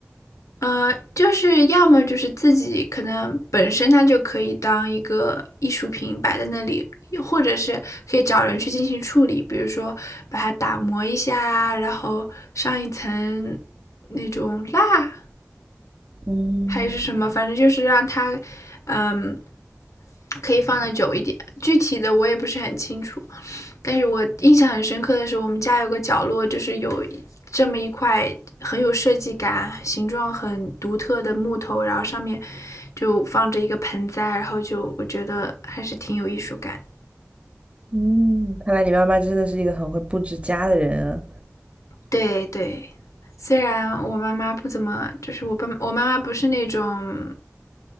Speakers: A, on the left; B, on the right.
A: 呃，就是要么就是自己可能本身它就可以当一个艺术品摆在那里，或者是可以找人去进行处理，比如说把它打磨一下啊，然后上一层那种蜡，
B: 嗯
A: 还是什么，反正就是让它，嗯，可以放的久一点。具体的我也不是很清楚，但是我印象很深刻的是，我们家有个角落，就是有这么一块很有设计感、形状很独特的木头，然后上面就放着一个盆栽，然后就我觉得还是挺有艺术感。
B: 嗯，看来你妈妈真的是一个很会布置家的人啊
A: 对对，虽然我妈妈不怎么，就是我爸我妈妈不是那种